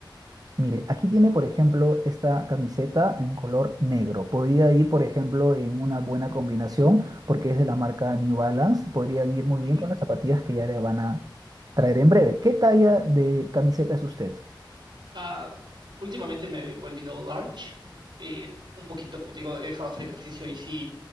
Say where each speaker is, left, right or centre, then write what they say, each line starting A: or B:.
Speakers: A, on the right (about 50°); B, on the right (about 70°).
A: Mire, aquí tiene, por ejemplo, esta camiseta en color negro. Podría ir, por ejemplo, en una buena combinación porque es de la marca New Balance. Podrían ir muy
B: Ujú.
A: bien con las zapatillas que ya le van a traer en breve. ¿Qué talla de camiseta es usted?
B: Ah, últimamente me he volvido large. eh, un poquito, como te digo, he dejado de hacer ejercicio y sí